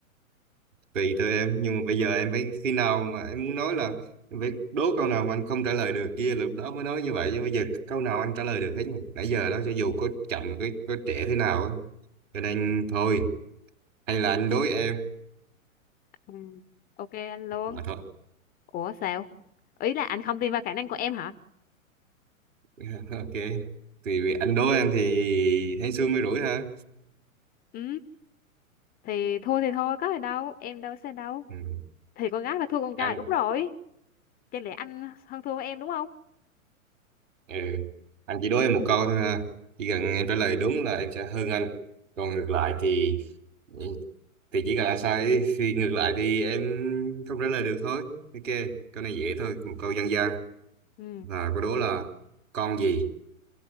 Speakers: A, on the right (about 60°); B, on the left (about 20°).
A: tùy thôi em nhưng mà bây giờ em phải khi nào mà em muốn nói là em phải đố câu nào mà anh không trả lời được kia lúc đó mới nói như vậy chứ bây giờ câu nào anh trả lời được hết mà nãy giờ đó cho dù có chậm có, có trễ thế nào á cho nên thôi hay là anh đối em
B: ừ. ok anh luôn
A: mà thôi
B: ủa sao ý là anh không tin vào khả năng của em hả
A: <laughs> ok thì vì anh đối em thì hên xui mới rủi ha
B: ừ thì thua thì thôi có gì đâu em đâu sẽ đâu
A: ừ.
B: thì con gái phải thua con trai
A: anh
B: đúng rồi chẳng lẽ anh hơn thua với em đúng không
A: Ừ. Anh chỉ đố em một câu thôi ha. Chỉ cần em trả lời đúng là em sẽ hơn anh. Còn ngược lại thì ừ, thì chỉ cần anh sai thì ngược lại thì em không trả lời được thôi. Ok, câu này dễ thôi, một câu dân gian.
B: ừ
A: Và câu đố là con gì,